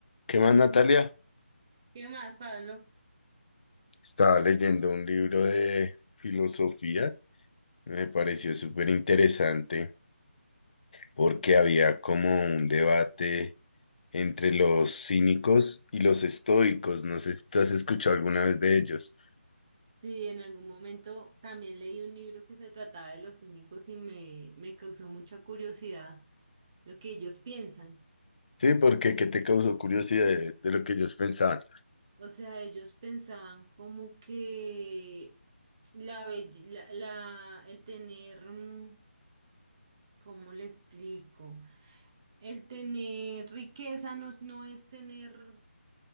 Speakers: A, on the left; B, on the right.
A: ¿Qué más, Natalia?
B: ¿Qué más, Pablo?
A: Estaba leyendo un libro de filosofía, me pareció súper interesante porque había como un debate entre los cínicos y los estoicos. No sé si tú has escuchado alguna vez de ellos.
B: Sí, en algún momento también leí un libro que se trataba de los cínicos y me, me causó mucha curiosidad lo que ellos piensan.
A: Sí, porque ¿qué te causó curiosidad de, de lo que ellos pensaban?
B: O sea, ellos pensaban como que la, belle- la, la- el tener, mm, ¿cómo le explico? El tener riqueza no, no es tener